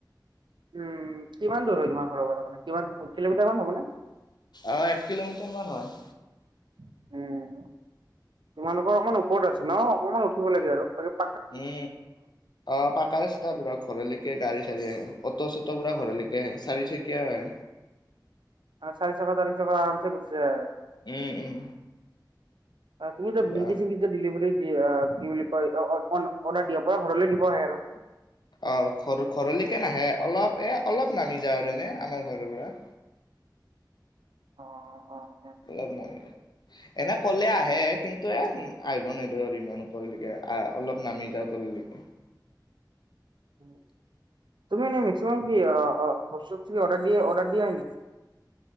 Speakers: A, on the right (about 90°); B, on the left (about 65°).
A: উম, কিমান দূৰ হয় তোমাৰ ঘৰৰ পৰা মানে কিমান? কিলোমিটাৰ মান হ'বনে
B: আহ এক কিলোমিটাৰ মান হয়।
A: উম, তোমালোকৰ অকমান ওপৰত আছে ন অকমান উঠিব লাগে আৰু, আৰু
B: এ। অ পাকা ৰাস্তা বোৰত। ঘৰলৈকে গাড়ী চাড়ি আহে, অটো চটো পৰা ঘৰলৈকে আহে চাৰি চকিয়া আহে।
A: মানে চাৰি চকা, তাৰি চকা আৰামচে গুচি যায়।
B: উম উম
A: তুমি যে
B: পুৰা
A: লিংকি চিংকি যে দিলিভাৰীত কি অ কি বুলি কয়। অ অ অৰ্ডাৰ দিয়াৰ পৰা ঘৰলে দিব আহে আৰু।
B: অ ঘৰ। ঘৰলৈকে নাহে। অলপ এ অলপ নামি যাওঁ আৰু এনে আমাৰ ঘৰৰ পৰা।
A: অ অ অ
B: অলপ নামি যায়। এনে ক'লে আহে, কিন্তু এ আহিব নিদো আৰু ইমান ওপৰলৈকে আহ অলপ নামি যাওঁ তল- লৈকে।
A: <unintelligible> তুমি এনে মেক্সিমাম কি অহ বস্তু কি অৰ্ডা, অৰ্ডাৰ দিয়ে নেক-